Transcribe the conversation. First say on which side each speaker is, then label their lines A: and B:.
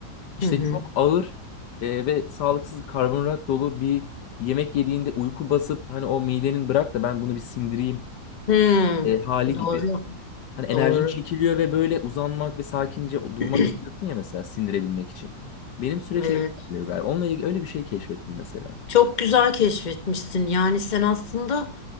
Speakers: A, on the left (about 70°); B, on the left (about 30°).
A: işte
B: Hı hı.
A: çok ağır e, ve sağlıksız karbonhidrat dolu bir yemek yediğinde uyku basıp hani o midenin bırak da ben bunu bir sindireyim
B: Hı.
A: e, hali
B: Doğru.
A: gibi. Hani enerjin
B: Doğru.
A: çekiliyor ve böyle uzanmak ve sakince durmak
B: <clears throat>
A: istiyorsun ya mesela sindirebilmek için. Benim süreç
B: Evet.
A: öyle ilerliyor galiba. Onunla ilgili öyle bir şey keşfettim mesela.
B: Çok güzel keşfetmişsin. Yani sen aslında